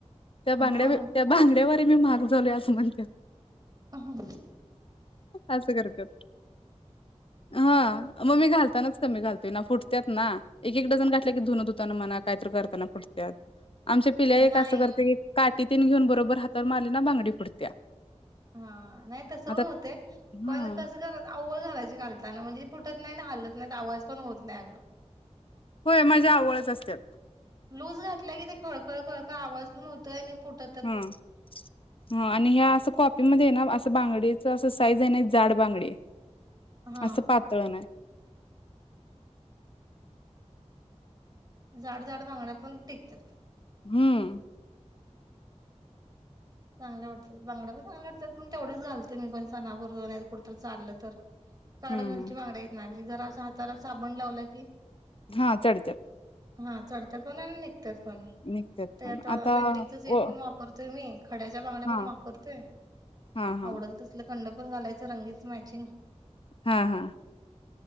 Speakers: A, on the left; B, on the right.
A: त्या बगड्या
B: हा हा
A: त्या बांड्यावर मी महाग झालोय असं म्हणत्यात.
B: हां.
A: असं करत्यात.. हा मग मी घालतानाच कमी घालतोय ना फुटतात ना. एक एक डझन घातल्या की, धुन धुताना म्हणा कायत करताना फुटत्यात. आमच्या पिल्या एक
B: नाही
A: असं करते की, काटी तीन घेऊन बरोबर हातावर मारली ना बांगडी फुटत्या.
B: हा, नाही तसं
A: आता
B: पण होते
A: हां.
B: पण कसं क ''--'' अवळ घालायची घालताना म्हणजे फुटत नाही हलत नाही आवाज पण होत नाही अगं.
A: होय माझ्या आवळच असतात.
B: लूज घातलाय की ते खळखळ खळखळ आवाज पण होतोय आणि फुटत ''--''
A: हम्म, ह आणि ह्या असं कॉपीमध्ये ना असं बांगडेच असं साईज आहे ना जाड बांगडी आहे.
B: हा
A: असं पातळ नाही.
B: झाड झाड बांगड्या पण टिकतात.
A: हम्म,
B: चांगले वाटतात बांडा पण चांगले वाटतात पण तेवढेच घालते मी पण सणापूर नाहीतर कुठेतरी चाललं तर चाललं तर. काड
A: हं,
B: घालच्या
A: हं.
B: बांगडा हाय माझ्यापाशी नाही जरा अस हाताला साबण लावलं की,
A: हा चढत्यात.
B: हा चढतात पण आणि निघतात पण
A: निघत्यात
B: त्यात
A: पण. आता
B: बेंटिकच सेट
A: ओ
B: पण वापरत. त मी खड्याच्या बांड्या
A: हां,
B: पण वापरतोय
A: हां, हां,
B: आवडल तसल. कंड पण घालायचं रंगीच मॅचिंग.
A: हा हा,